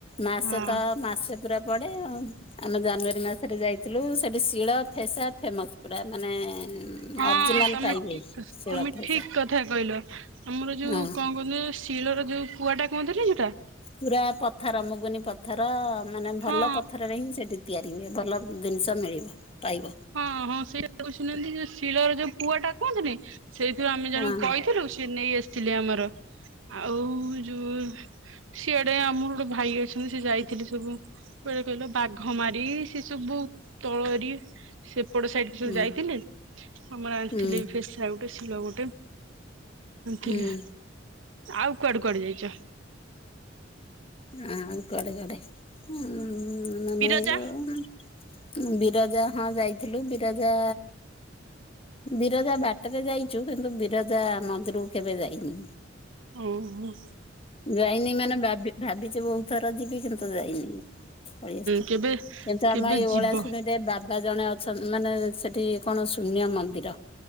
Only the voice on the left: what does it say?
ମାସେ
ତ ମାସେ ପୁରା ପଡେ ଆଉ ଆମେ ଜାନୁଆରୀ ମାସରେ ଯାଇଥିଲୁ ସେଠି ଶିଳ ଫେସା ଫେମସ୍ ପୁରା ମାନେ
ଅରିଜିନାଲ
ପାଇବେ
ଶିଳ
ଫେସା
ହଁ
ପୁରା ପଥର ମୁଗୁନି ପଥର ମାନେ
ଭଲ ପଥରରେ ହିଁ ସେଠି ତିଆରି ହୁଏ ଭଲ ଜିନିଷ ମିଳିବ। ପାଇବ
ହଁ
ହଁ
ହୁଁ
ହୁଁ
ହୁଁ
ହଁ କୁଆଡେ କୁଆଡେ ହଁ <unintelligible> ମନେକର
<unintelligible> ବିରଜା ହଁ ଯାଇଥିଲୁ, ବିରଜା ବିରଜା ବାଟ ଟରେ ଯାଇଛୁ, କିନ୍ତୁ ବିରଜା ମନ୍ଦିରକୁ କେବେ ଯାଇନୁ।
ଯାଇନି ମାନେ ଭାବ ଭାବିଛି ବହୁତ। ଥର ଯିବି କିନ୍ତୁ ଯାଇନି ପଳିେଇଆସଛୁ
କିନ୍ତୁ
ଆମେ ଏ
ଓଳାଶୁଣୀରେ ବା ଜଣେ ଅଛନ୍ତି, ମାନେ ସେଠି କଣ ଶୂନ୍ୟ ମନ୍ଦିର